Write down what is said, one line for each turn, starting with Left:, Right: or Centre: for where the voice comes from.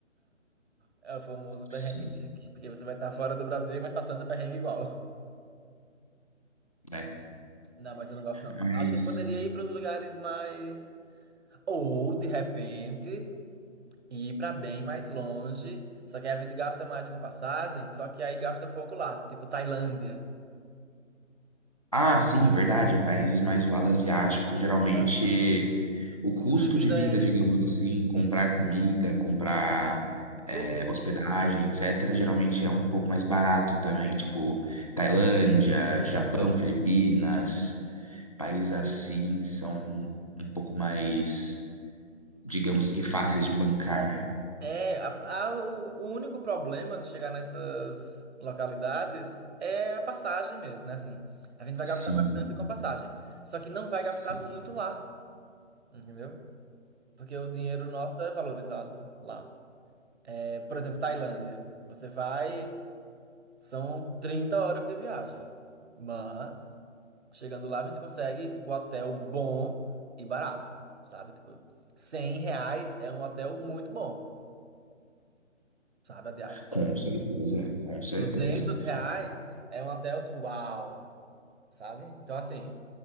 Right: É o famoso perrengue
Left: Sim,
Right: chique. Porque você vai estar fora do Brasil, mas passando perrengue igual.
Left: né?
Right: Não, mas eu não gosto, não.
Left: Mas.
Right: Acho que a gente poderia ir para os lugares mais. Ou, de repente, ir para bem mais longe. Só que aí a gente gasta mais com passagem, só que aí gasta pouco lá. Tipo Tailândia.
Left: Ah, sim, verdade. Países mais do lado asiático, geralmente
Right: Aham.
Left: o
Right: O custo
Left: custo
Right: de vida
Left: de vida,
Right: é,
Left: digamos assim, comprar
Right: sim,
Left: comida, comprar é,
Right: tudo.
Left: hospedagem, etc., geralmente é um pouco mais barato também. Tipo, Tailândia, Japão, Filipinas, países assim são um pouco mais, digamos que fáceis de bancar.
Right: É, a- a- o o único problema de chegar nessas localidades é a passagem mesmo, né? Assim, a gente vai
Left: Sim,
Right: gastar bastante com passagem, só que não vai gastar
Left: sim.
Right: muito lá, entendeu? Porque o dinheiro nosso é valorizado lá. É, por exemplo, Tailândia, você vai, são 30 horas de viagem, mas chegando lá a gente consegue, tipo, hotel bom e barato, sabe? Tipo, 100 reais é um hotel muito bom, sabe? A diária.
Left: Com certeza, com certeza.
Right: duzentos reais é um hotel tipo, uau, sabe? Então, assim,